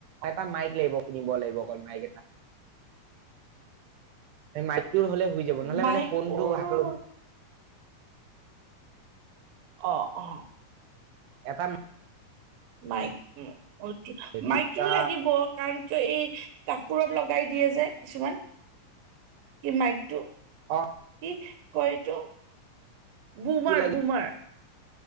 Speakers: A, on the right (about 80°); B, on the right (about 70°).
A: এটা মাইক লাগিব কিনিব লাগিব অকল মাইক এটা। এ মাইকটোৰ হ'লে শুই যাব নহলে
B: মাইকবোৰ
A: মানে ফোনটো হাতৰ
B: অ অহ।
A: এটা
B: মাইক উম অ টো মাইকটোতো
A: দুটা
B: লাগিব। কাৰণ কিয় এই কাপোৰত লগাই দিয়ে যে কিছুমান, সেই মাইকটো।
A: অ'
B: কি কয় এইটো? বোমাৰ
A: সেইটো লাগি
B: - বোমাৰ।